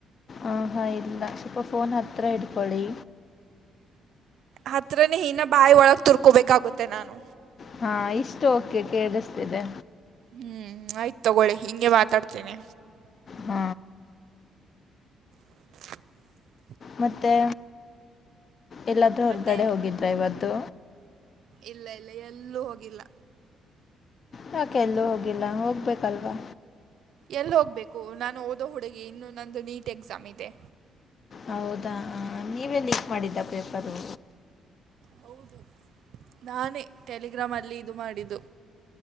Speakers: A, on the left; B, on the right.
A: ಆ ಹಾ ಇಲ್ಲ ಸ್ವಲ್ಪ ಫೋನ್ ಹತ್ರ ಇಡ್ಕೊಳ್ಳಿ
B: ಹತ್ರನೇ ಹನ ಬಾಯಿ ಒಳಗ್ ತುರ್ಕೊಬೇಕಾಗುತ್ತೆ ನಾನು
A: ಹಾ ಇಷ್ಟು ಓಕೆ ಕೇಳಿಸ್ತಿದೆ
B: ಹ್ಮ್ ಆಯ್ತು ತಗೊಳ್ಳಿ ಹಿಂಗೆ ಮಾತಾಡ್ತೇನೆ
A: ಹ್ಮ
B: <inaudible>
A: ಮತ್ತೆ ಎಲ್ಲಾದ್ರೂ ಹೊರ್ಗಡೆ
B: ಮತ್ತೆ
A: ಹೋಗಿದ್ರೆ ಇವತ್ತು
B: ಇಲ್ಲ ಇಲ್ಲ ಎಲ್ಲೂ ಹೋಗಿಲ್ಲ
A: ಯಾಕೆ ಎಲ್ಲ ಹೋಗಿಲ್ಲ ಹೋಗ್ಬೇಕಲ್ವಾ
B: ಎಲ್ಲಿ ಹೋಗ್ಬೇಕು ನಾನು ಓದೋ ಹುಡುಗಿ ಇನ್ನು ನಂದು ನೀಟ್ ಎಕ್ಸಾಮ್ ಇದೆ
A: ಹೌದಾ ನೀವೇ ಲೀಕ್ ಮಾಡಿದ್ದ ಪೇಪರು
B: ಹೌದು ನಾನೇ ಟೆಲಿಗ್ರಾಮ್ ಅಲ್ಲಿ ಇದು ಮಾಡಿದ್ದು